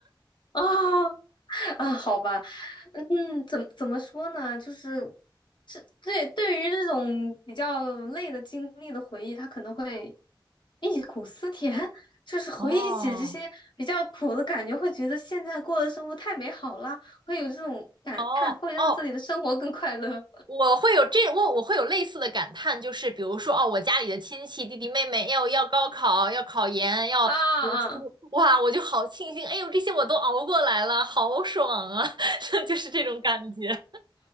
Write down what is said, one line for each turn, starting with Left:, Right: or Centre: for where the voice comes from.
Left: 啊 <laughs> 啊，好吧，嗯，嗯怎么怎么说呢？就是是对对于这种比较累的经历的回忆，他可能会忆苦思甜，<laughs> 就是回忆起这些比较苦的感觉，
Right: 哦，
Left: 会觉得现在过的生活太美好了，会有这种感叹，
Right: 哦哦，
Left: 会让自己的生活更快乐。
Right: 我会有这我我会有类似的感叹，就是比如说哦，我家里的亲戚弟弟妹妹要要高考，要考研，要读书，
Left: 啊啊
Right: 哇，我就好庆幸，哎呦，这些我都熬过来了，好爽啊，<laughs> 就是这种感觉。